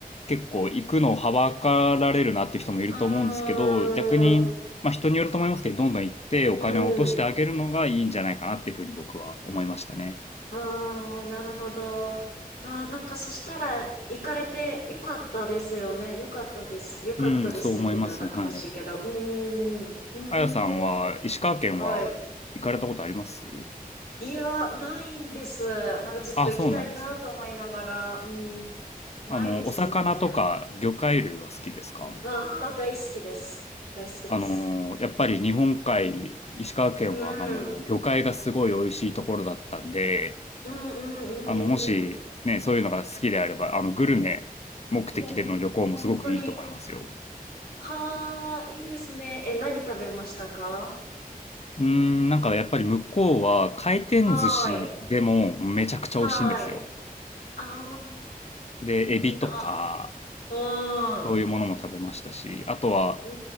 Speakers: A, on the left; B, on the left.
A: 結構行くのをはばかられるなって人もいると思うんですけど、
B: ーん、
A: 逆に、まあ人によると思いますけど、どんどん行ってお金を落としてあげるのがいいんじゃないかなっていうふうに僕は思いましたね。
B: うん。ああ、なるほど。ああ、なんかそしたら行かれてよかったですよね。よかったです。よかったですねって言ったらなんかおかしいけど。
A: うん、そう思います。はい。
B: うーん。う
A: あやさんは、
B: ーん。
A: 石川県は行かれたことあります
B: はい。いや、ないんです。なんかずっと行きたいなと思いながら。
A: あ、そうなんですね。
B: うーん。ないですね。
A: あの、お魚とか魚介類は好きですか
B: ああ、大好きです。大好きです。
A: あのー、やっぱり日本海、石川県は、
B: うん。
A: あのー、
B: うん
A: 魚介がすごい美味しいところだったんで、
B: うんうんうん。
A: あの、もし、ね、そういうのが好きであれば、あの、グルメ目的での旅行もすごくいいと思いますよ。
B: いや、本当に。はあ、いいですね。え、何食べましたか
A: うーん、なんかやっぱり向こうは回転寿司でもめちゃくちゃ美味しいんですよ。
B: はーい。はい。ああ、
A: で、エビとか、
B: いいな。う
A: そういうものも食べましたし、
B: ん。
A: あとは、
B: う